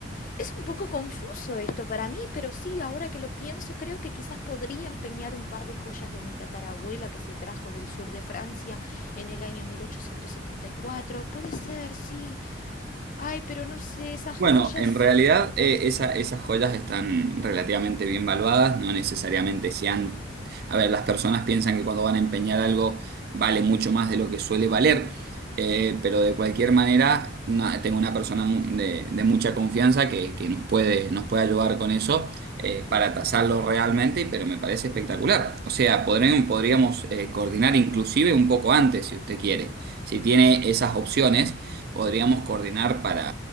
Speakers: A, on the left; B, on the right.
A: Es un poco confuso esto para mí, pero sí, ahora que lo pienso, creo que quizás podría empeñar un par de joyas de mi tatarabuela que se trajo del sur de Francia en el año 1874. Puede ser, sí. Ay, pero no sé, esas
B: Bueno,
A: joyas
B: en realidad eh, esa- esas joyas están relativamente bien valuadas, no necesariamente sean... A ver, las personas piensan que cuando van a empeñar algo vale mucho más de lo que suele valer, eh, pero de cualquier manera no- tengo una persona mu- de, de mucha confianza que, que nos puede, nos puede ayudar con eso eh, para tasarlo realmente, pero me parece espectacular. O sea, podré- podríamos eh, coordinar inclusive un poco antes, si usted quiere, si tiene esas opciones Podríamos coordinar para